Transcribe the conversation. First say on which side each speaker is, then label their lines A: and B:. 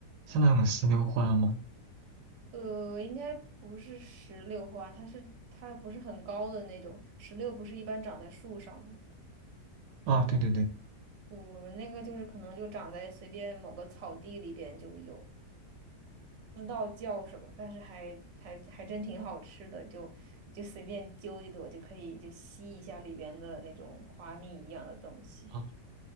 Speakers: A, on the right; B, on the right.
A: 是那种石榴花吗？
B: 呃，应该不是石榴花，它是它不是很高的那种。石榴不是一般长在树上吗？
A: 啊，对对对，
B: 我们那个就是可能就长在随便某个草地里边就有，不知道叫什么，但是还还还真挺好吃的，就就随便揪一朵就可以就吸一下里边的那种花蜜一样的东西。
A: 哦，